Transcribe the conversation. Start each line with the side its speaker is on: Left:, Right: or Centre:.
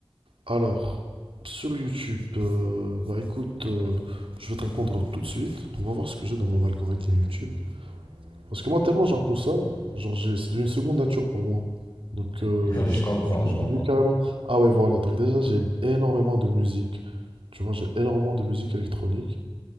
Right: alors sur YouTube, euh, bah écoute, euh, je vais te répondre tout de suite. On va voir ce que j'ai dans mon algorithme YouTube. Parce que moi, tellement j'en consomme, genre j'ai- c'est devenu une seconde nature pour moi. Donc, euh,
Left: <laughs> Je comprends,
Right: j'oublie
Left: je comprends.
Right: carrément. Ah ouais, voilà. Donc déjà, j'ai énormément de musique. Tu vois, j'ai énormément de musique électronique.